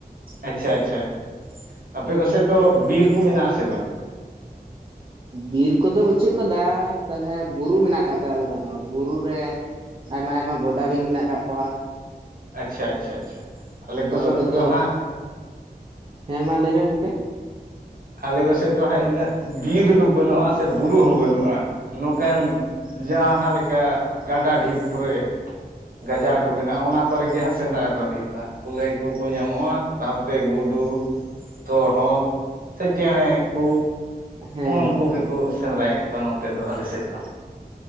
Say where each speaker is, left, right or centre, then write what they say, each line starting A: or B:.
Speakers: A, on the right (about 60°); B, on the right (about 35°).
A: ᱟᱪᱪᱷᱟ ᱟᱪᱪᱷᱟ, ᱟᱯᱮ ᱠᱚᱥᱮᱫ ᱫᱚ ᱵᱤᱨ ᱠᱚ ᱢᱮᱱᱟᱜᱼᱟ ᱥᱮ ᱵᱟᱝ?
B: ᱵᱤᱨ ᱠᱚᱫᱚ ᱵᱟᱹᱪᱩᱜ ᱠᱟᱫᱟ᱾ ᱛᱟᱞᱦᱮ ᱵᱩᱨᱩ ᱢᱮᱱᱟᱜ ᱠᱟᱜ ᱛᱟᱞᱮᱭᱟ᱾ ᱟᱞᱮ ᱠᱚᱫᱚ ᱵᱩᱨᱩ ᱨᱮ ᱟᱭᱢᱟ ᱟᱭᱢᱟ ᱵᱚᱰᱟᱵᱤᱧ ᱢᱮᱱᱟᱜ ᱟᱠᱟᱫ ᱠᱚᱣᱟ᱾
A: ᱟᱪᱪᱷᱟ, ᱟᱪᱪᱷᱟ, ᱟᱪᱪᱷᱟ᱾ ᱟᱞᱮ
B: ᱟᱫᱚ
A: ᱠᱚᱥᱮᱫ
B: ᱚᱸᱰᱮ ᱫᱚ,
A: ᱦᱟᱸᱜ
B: ᱦᱮᱸ ᱢᱟ ᱞᱟᱹᱭ ᱢᱮ ᱜᱚᱝᱠᱮ᱾
A: ᱟᱞᱮ ᱠᱚᱥᱮᱫ ᱫᱚ ᱦᱟᱸᱜ ᱤᱱᱟᱹᱜ ᱵᱤᱨ ᱫᱚ ᱵᱟᱹᱱᱩᱜᱼᱟ ᱥᱮ ᱵᱩᱨᱩ ᱦᱚᱸ ᱵᱟᱹᱱᱩᱜᱼᱟ᱾ ᱱᱚᱝᱠᱟᱱ ᱡᱟᱦᱟᱸ ᱞᱮᱠᱟ ᱜᱟᱰᱟ ᱰᱷᱤᱯ ᱠᱚᱨᱮ ᱜᱟᱡᱟᱲ
B: ᱚ
A: ᱠᱚ ᱢᱮᱱᱟᱜᱼᱟ᱾ ᱚᱱᱟ ᱠᱚ ᱚᱨᱮ ᱜᱮ ᱦᱟᱸᱜ ᱥᱮᱸᱫᱽᱨᱟ ᱫᱚ ᱦᱩᱭᱩᱜᱼᱟ᱾ ᱠᱩᱞᱟᱹᱭ ᱠᱚ ᱠᱚ ᱧᱟᱢᱚᱜᱼᱟ᱾ ᱥᱟᱶᱛᱮ ᱜᱩᱰᱩ ᱛᱚᱨᱦᱚᱫ, ᱥᱮ ᱪᱮᱬᱮ ᱠᱚ
B: ᱦᱮᱸ ᱦᱮᱸ
A: ᱩᱱ ᱩᱱᱩᱠᱩ ᱜᱮᱠᱚ ᱥᱮᱸᱫᱽᱨᱟᱭᱮᱫ ᱠᱚᱣᱟ ᱱᱚᱛᱮ ᱫᱚ, ᱟᱞᱮ ᱥᱮᱫ ᱫᱚ᱾